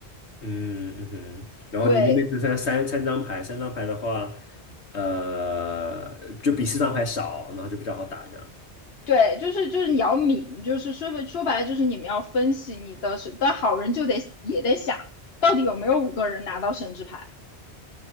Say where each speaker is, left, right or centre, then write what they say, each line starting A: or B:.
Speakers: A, on the left (about 75°); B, on the left (about 65°).
A: 嗯嗯哼，然后你那边只剩三三张牌，
B: 对
A: 三张牌的话，呃，就比四张牌少，然后就比较好打这样，
B: 对，就是就是你要抿，就是说说白了就是你们要分析你的是，但好人就得也得想到底有没有五个人拿到神之牌。